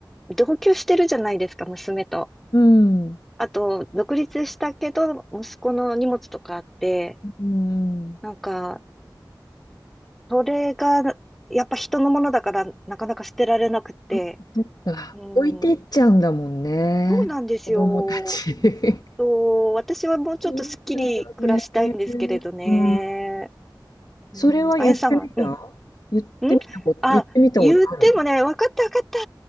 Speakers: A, in the centre; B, on the left (about 55°).
A: 同居してるじゃないですか、娘と。
B: うん。
A: あと、独立したけど、息子の荷物とかあって、
B: うん。
A: なんか、それが、やっぱ人のものだから、なかなか捨てられなくって、
B: そそっか。
A: う
B: 置いてっちゃうんだもんね。
A: ん、そうなんですよ。
B: 子供たち。<laughs>
A: と、私はもうちょっとすっきり暮らしたいんですけれどね。
B: そうだよね。うん。それは言ってみた
A: うん、あやさんは、うん、
B: 言ってみたこと、
A: うん、あ、
B: 言ってみたことあるの
A: 言ってもね、わかったわかった、